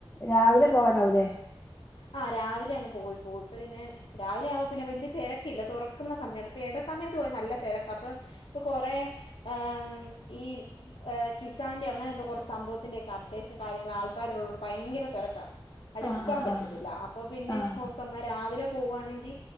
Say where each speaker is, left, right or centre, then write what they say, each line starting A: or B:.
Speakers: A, on the left; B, on the left.
A: രാവിലെ പോവലാവൂലേ
B: ആഹ് രാവിലെ അങ്ങ് പോയി. പോയിട്ട് പിന്നെ രാവിലെ ആവ്മ്പം പിന്നെ വലിയ തെരക്കില്ല. തുറക്കുന്ന സമയായോണ്ട്. അപ്പ എട സമയത്ത് പോയാ നല്ല തെരക്കാ. അപ്പം ഇപ്പൊ കൊറേ അം ഈ ഏഹ് കിസാൻൻ്റയോ അങ്ങനെന്തോ കൊറെ സംഭവത്തിൻ്റെയൊക്കെ അപ്ഡേഷൻ കാര്യങ്ങള് ആൾക്കാരുള്ളോണ്ട് ഭയങ്കര തെരക്കാ. അടുക്കാൻ
A: ആ ആ
B: പറ്റത്തില്ല.
A: ആ
B: അപ്പൊ പിന്നെ
A: ആ
B: ഓർത്തു എന്നാ രാവിലെ പോവാണെങ്കി